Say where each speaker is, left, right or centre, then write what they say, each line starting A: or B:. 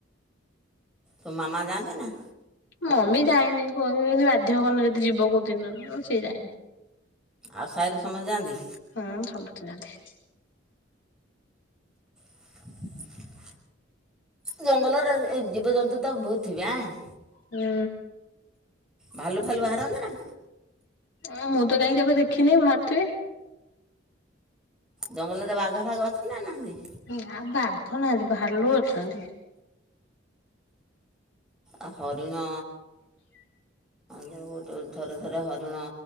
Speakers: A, in the centre; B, on the left.
A: ତୋ ମାମା ଯାଆନ୍ତି ନା?
B: ମମି ଯାଏନି <unintelligible> ଯଦି ବାଧ୍ୟ କରନି ଯଦି ଯିବ କୋଉ ଦିନ ସିଏ ଯାଏନି।
A: ଆଉ ସାହିରେ ସମତେ ଯାଆନ୍ତି।
B: ହୁଁ ସମସ୍ତେ ଯାନ୍ତି।
A: <inaudible> ଜଙ୍ଗଲରେ ଏ ଜୀବଜନ୍ତୁ ତ ବହୁତ ଥିବ ଆଁ?
B: ହୁଁ।
A: ଭାଲୁ ଫାଲୁ ବାହାରନ୍ତି ନା?
B: ଅଁ ମୁଁ ତ କାଇଁ କେବେ ଦେଖିନି ବାହାରୁଥିବେ।
A: ଜଙ୍ଗଲରେ ବାଘ ଫାଘ ଅଛନ୍ତି ନା ନାହାନ୍ତି?
B: ନା ବାଘ ନାହାନ୍ତି ଭାଲୁ ଅଛନ୍ତି।
A: ଆଉ ହରିଣ ଗୋଟେ ଥରେ ଥରେ ହରିଣ